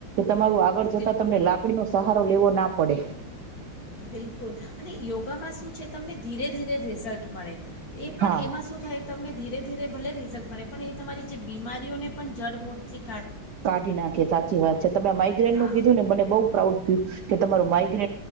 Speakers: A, on the right; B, on the left.
A: તમારું આગળ જતા
B: બિલકુલ
A: તમને લાકડી નો સહારો લેવો ના પડે
B: બિલકુલ અને યોગામાં શું છે, તમને ધીરે ધીરે રિઝલ્ટ મળે એ પણ
A: હા
B: એમાં શું થાય તમને ધીરે ધીરે ભલે રિઝલ્ટ મળે પણ એ તમારી જે બીમારીઓને પણ જળમૂળથી
A: કાઢી નાખે સાચી વાત છે તમે માઇગ્રેન
B: હા
A: નું કીધું ને મને બઉુ પ્રાઉડ ફીલ કે તમારું ગ